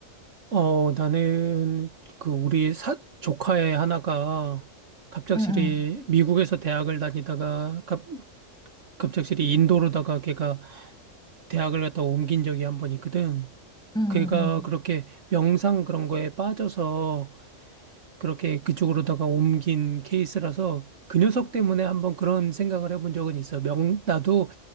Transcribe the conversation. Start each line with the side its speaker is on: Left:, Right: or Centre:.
Right: 어, 나는 그 우리 사, 조카의 하나가 갑작스레
Centre: 응, 응,
Right: 미국에서 대학을 다니다가 갑, 갑작스레 인도로다가 걔가 대학을 갔다 옮긴 적이 한 번 있거든.
Centre: 응,
Right: 걔가
Centre: 응.
Right: 그렇게 명상 그런 거에 빠져서 그렇게 그쪽으로다가 옮긴 케이스라서 그 녀석 때문에 한번 그런 생각을 해본 적은 있어. 명, 나도,